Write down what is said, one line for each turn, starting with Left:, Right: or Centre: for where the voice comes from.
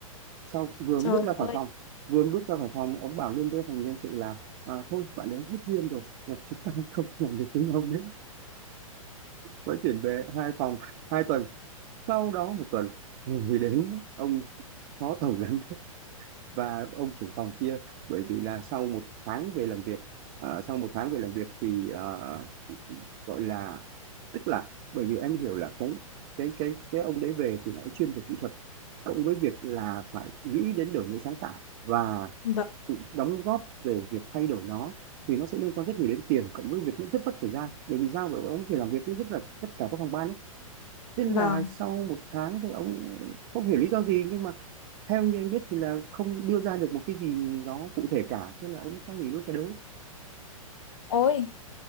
Right: sau vừa
Left: trời
Right: bước ra khỏi
Left: ơi
Right: phòng vừa bước ra khỏi phòng ông bảo luôn với phòng nhân sự là à, thôi bạn ấy hết duyên rồi là chúng ta <laughs> không làm việc với nhau nữa mới chuyển về hai phòng hai tuần sau đó một tuần thì đến ông phó tổng giám và ông trưởng phòng kia bởi vì là sau một tháng về làm việc ờ, sau một tháng về làm việc thì ờ, gọi là tức là bởi vì em hiểu là cái cái cái cái ông đấy về thì nói chuyên về kỹ thuật cộng với việc là phải nghĩ đến đổi mới sáng tạo và
Left: vâng
Right: tự đóng góp về việc thay đổi nó thì nó sẽ liên quan rất nhiều đến tiền cộng với việc cũng rất mất thời gian bởi vì sao bởi vì ông phải làm việc với rất là tất cả các phòng ban ấy. Thế là
Left: vâng
Right: sau một tháng thì ông không hiểu lý do gì nhưng mà theo như anh biết thì là không đưa ra được một cái gì đó cụ thể cả thế là ông cho nghỉ luôn cái đấy
Left: ôi